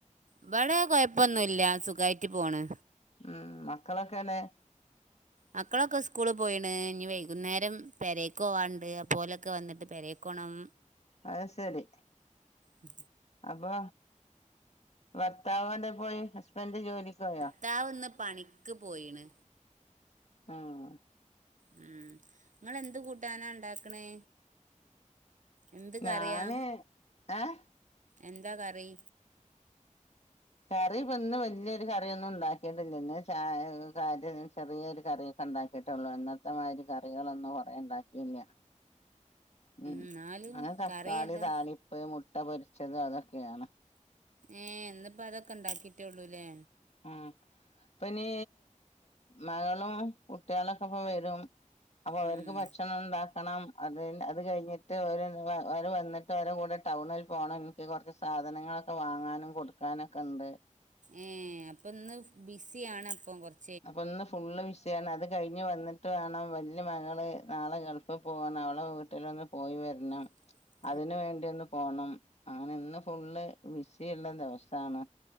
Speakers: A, on the right (about 70°); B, on the left (about 55°).
A: ഇവിടെ കൊഴപ്പൊന്നുമല്ല സുഖായിട്ട് പോണ്
B: ഉം മക്കളൊക്കെവ്ടെ
A: മക്കളൊക്കെ സ്കൂള് പോയിണ് ഇനി വൈകുന്നേരം പേരെ ക്കവാണ്ട് അപ്പോലൊക്കെ വന്നിട്ട് പെരെക്കോണം
B: അഹ് ശരി
A: ഉ
B: അപ്പൊ ഭർത്താവ് ഏന്റെ പോയി ഹസ്ബൻഡ് ജോലിക്കോ യോ
A: ത്താവ് ഇന്ന് പണിക്ക് പോയിണ്
B: ആഹ
A: ഉം ഇങ്ങള് എന്ത് കൂട്ടാനാ ണ്ടാക്ക്ണേ എന്ത് കറിയാ
B: ഞാന് ഏഹ്
A: എന്താ കറി
B: കറി ഇപ്പൊ ഇന്ന് വലിയൊരു കറിയൊന്നും ഉണ്ടാക്കിയിട്ടില്ല ഇന്ന് ച കാര് ചെറിയൊരു കറി ഉണ്ടാക്കിയിട്ടുള്ളൂ എന്നത്തെമാതിരി കറികളൊന്നും കുറേ ഉണ്ടാക്കിയില്ല ഉം
A: എന്നാലും
B: അനെ തക്കാളി
A: കറി ഏതാ
B: താളിപ്പ് മുട്ട പൊരിച്ചത് അതൊക്കെയാണ്
A: ഏ ഇന്ന്പ്പോ അതൊക്കെ ണ്ടാക്കി ട്ടൊള്ളൂല്ലേ
B: ഉം ഇപ്പോനീ മകളും കുട്ടികളൊക്കെ ഇപ്പ വരും അപ്പൊ അവർക്ക്
A: ഉം
B: ഭക്ഷണം ഉണ്ടാക്ക ണം അത് അത് കഴിഞ്ഞിട്ട് വര് അവര് വന്നിട്ട് അവരെ കൂടെ ടൗണിൽ പോണം ഇന്കി കുറച്ച് സാധനങ്ങളൊക്കെ വാങ്ങാനും കൊടുക്കാനൊക്കെ ഉണ്ട്
A: ഏ അപ്പൊ ഇന്ന് ബിസിയാണ് അപ്പം കൊറച്ച്
B: അപ്പം ഇന്ന് ഫുള്ള് വി ചെയ്യണം അത് കഴിഞ്ഞ് വന്നിട്ട് വേണം വലിയ മകൾ നാളെ ഗൾഫിൽ പോകാണ് അവളെ വീട്ടിലൊന്ന് പോയി വരണം
A: <unintelligible>
B: അതിന് വേണ്ടി ഒന്ന് പോണം അങ്ങനെ ഇന്ന് ഫുള്ള് ബിസി ഉള്ള ദിവസമാണ്